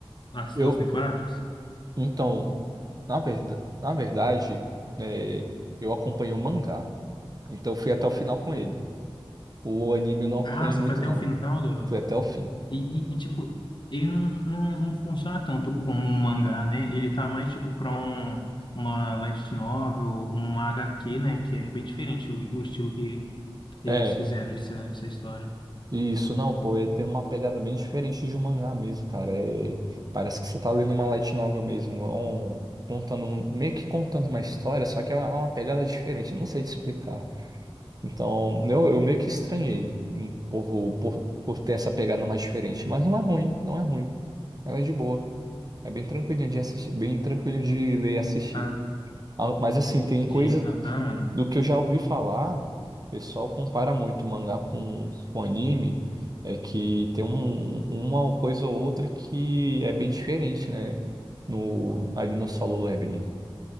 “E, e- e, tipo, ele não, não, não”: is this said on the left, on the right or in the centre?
Left